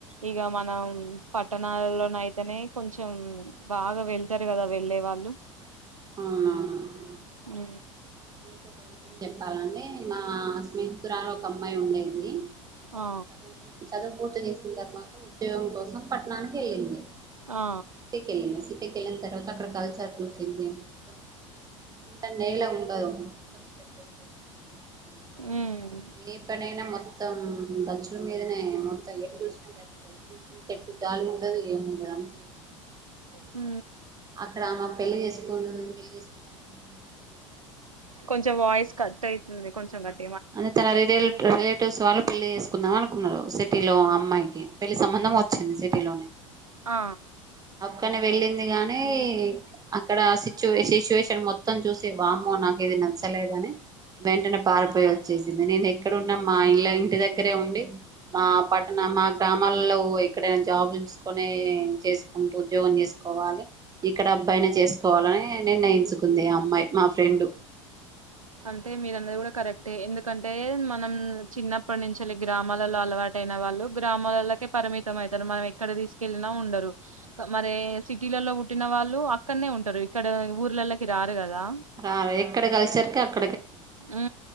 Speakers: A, on the right (about 90°); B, on the right (about 20°).
A: ఇక మనం పట్టణాలలో అయితేనే కొంచెం బాగా వెళ్తారు కదా వెళ్ళే వాళ్ళు
B: అవునవును
A: ఊ
B: మీకు ఒక విషయం చెప్పాలండి మా స్నేహితురాలు ఒక అమ్మాయి ఉండేది తను
A: ఆ
B: చదువు చదువు పూర్తి చేసిన తర్వాత ఉద్యోగం కోసం పట్టణానికి వెళ్లింది
A: ఆ
B: సిటెకె సిటికెళ్లినా తర్వాత అక్కడ కల్చర్ చూసింది <inaudible> మొత్తం నేలా ఉండదు మొత్తం స్టెప్ బై స్ట <inaudible>
A: ఉమ్
B: ఏ పనైనా మొత్తం గచ్చుల మీదనే మొత్తం ఎటు చూసిన లే చూసిన గచ్చు దళి ఉండదు ఏమి ఉండదు అంత
A: ఊ
B: అక్కడ ఆమా పెళ్లి చేసుకు పెళ్లి చేసుకుందాం అని అనుకున్నా
A: కొంచెం వాయిస్ కట్ అవుతుంది కొంచెం కట్
B: అంటే తన రిలే రిలేటివ్స్ వాళ్ళు పెళ్లి చేసుకుందాం అనుకున్నారు సిటీలో అమ్మాయికి పెళ్లి సంబంధం వచ్చింది సిటీలోనే
A: ఆ
B: అక్కని వెళ్ళింది గాని అక్కడ సిచ్యు సిచ్యువేషన్ మొత్తం చూసి వామ్మో నాకు ఇది నచ్చలేదని వెంటనే పారిపోయి వచ్చి సింది నేను ఎక్కడన్నా మా ఇళ ఇంటి దగ్గరే ఉండి మా పట్టణ మా గ్రామాలో ఎక్కడైనా జాబ్ చూసుకొని చేసుకుంటూ ఉద్యోగం చేసుకోవాలి ఇక్కడ అబ్బాయినే చేసుకోవాలి నిర్ణయించుకుంది ఆ అమ్మాయి మా ఫ్రెండు
A: అంటే మీరన్నది కూడా కరెక్టే ఎందుకంటే మనం చిన్నప్పటి నుంచి గ్రామాలలో అలవాట వాళ్ళు గ్రామాలకె పరిమిత అవుతారు మన ఎక్కడ తీసుకెల్లిన ఉండరు మరే సిటీ లో పుట్టిన వాళ్ళు అక్కడనే ఉంటారు ఇక్కడ ఊర్లలకి రారు కదా
B: రారు ఎక్కడ కలిసారుకి అక్కడ
A: ఉ